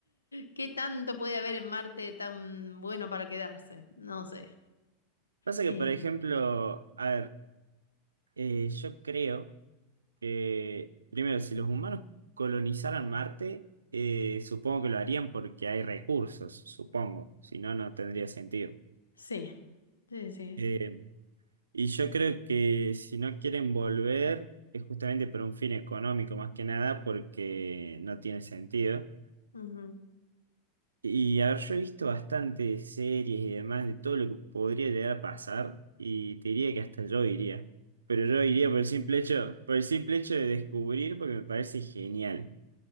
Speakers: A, on the left (about 80°); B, on the right (about 75°).
A: ¿Qué tanto puede haber en Marte tan bueno para quedarse? No sé.
B: Pasa
A: Eh,
B: que, por ejemplo, a ver, eh, yo creo... que, primero, si los humanos colonizaran Marte, eh, supongo que lo harían porque hay recursos, supongo, si no, no tendría sentido.
A: sí, sí, sí.
B: Eh, y yo creo que si no quieren volver, es justamente por un fin económico más que nada, porque no tiene sentido.
A: Ujú.
B: Y a ver, yo he visto bastantes series y demás de todo lo que podría llegar a pasar, y te diría que hasta yo iría. Pero yo iría por el simple hecho, por el simple hecho de descubrir, porque me parece genial.